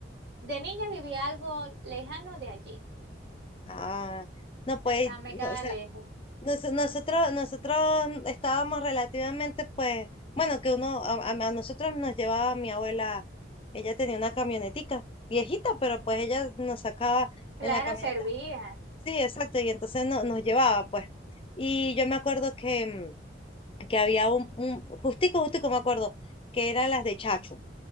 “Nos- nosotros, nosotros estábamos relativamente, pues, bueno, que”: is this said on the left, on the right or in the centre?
Left